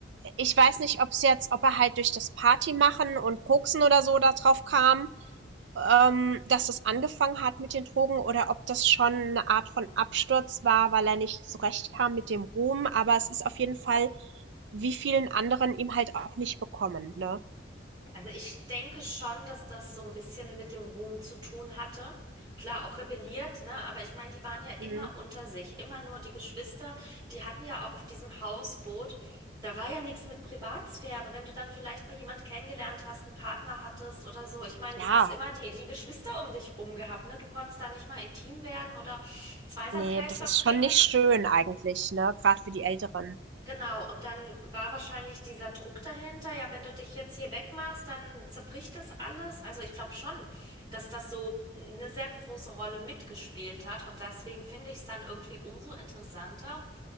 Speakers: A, on the right (about 70°); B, on the right (about 20°).
A: ich weiß nicht, ob es jetzt, ob er halt durch das Party machen und Koksen oder so da drauf kam, ähm, dass das angefangen hat mit den Drogen oder ob das schon eine Art von Absturz war, weil er nicht zurechtkam mit dem Ruhm. Aber es ist auf jeden Fall, wie vielen anderen ihm halt auch nicht bekommen, ne?
B: Also ich denke schon, dass das so ein bisschen mit dem Ruhm zu tun hatte. Klar, auch rebelliert, ne? Aber ich meine, die waren ja immer
A: Mhm.
B: unter sich, immer nur die Geschwister. Die hatten ja auch auf diesem Hausboot, da war ja nichts mit Privatsphäre. Wenn du dann vielleicht mal jemand kennengelernt hast, einen Partner hattest oder so. Ich meine, du
A: Ja,
B: hast immer die, die Geschwister um dich rum gehabt, ne? Du konntest da nicht mal intim werden oder Zweisamkeit
A: nee, das
B: verbringen.
A: ist schon nicht schön eigentlich, ne? Gerade für die Älteren.
B: Genau, und dann war wahrscheinlich dieser Druck dahinter, ja, wenn du dich jetzt hier wegmachst, dann zerbricht das alles. Also ich glaube schon, dass das so eine sehr große Rolle mitgespielt hat. Und deswegen finde ich es dann irgendwie umso interessanter,